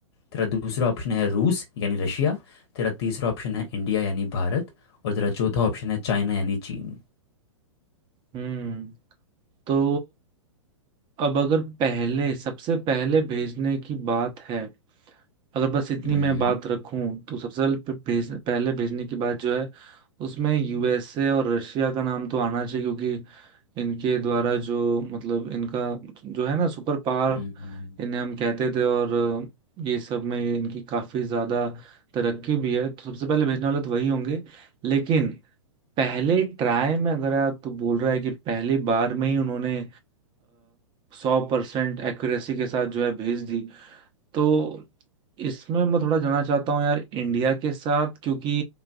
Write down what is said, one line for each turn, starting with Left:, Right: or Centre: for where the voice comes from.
Left: तेरा दूसरा ऑप्शन है रूस यानी रशिया तेरा तीसरा ऑप्शन है इंडिया यानी भारत और तेरा चौथा ऑप्शन है चाइना यानी चीन
Right: हम्म तो अब अगर पहले सबसे पहले भेजने की बात है अगर बस इतनी
Left: हम्म,
Right: मैं बात रखूं तो सबसे पहले पे- भेज, पहले भेजने की बात जो है उसमें यूएसए और रशिया का नाम तो आना चाहिए क्योंकि इनके द्वारा जो मतलब इनका जो है ना सुपर पावर
Left: हम्म,
Right: इन्हें हम कहते थे और ये सब में इनकी काफी ज्यादा तरक्की भी है तो सबसे पहले भेजने वाले तो वही होंगे लेकिन पहले ट्राई में अगर आप तो बोल रहा है कि पहली बार में ही उन्होंने सौ परसेंट एक्यूरेसी के साथ जो है भेज दी तो इसमें मैं थोड़ा जानना चाहता हूँ यार इंडिया के साथ क्योंकि